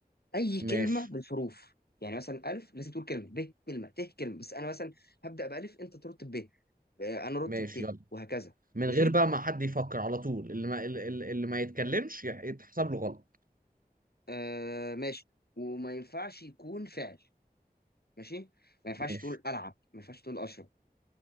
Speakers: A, on the left (about 75°); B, on the right (about 60°).
A: اي كلمه
B: ماشي
A: بالحروف يعني مثلا الف لازم تقول كلمه ب كلمه ت كلمه بس انا مثلا هبدا بالف انت ترد ب آه، انا ارد
B: ماشي
A: بت
B: يلا
A: وهكذا
B: من
A: ماشي
B: غير بقى ما حد يفكر على طول اللي ما اللي, اللي ما يتكلمش يح- يتحسب له غلط
A: آه ماشي وما ينفعش يكون فعل ماشي ما ينفعش
B: ماشي
A: تقول العب ما ينفعش تقول اشرب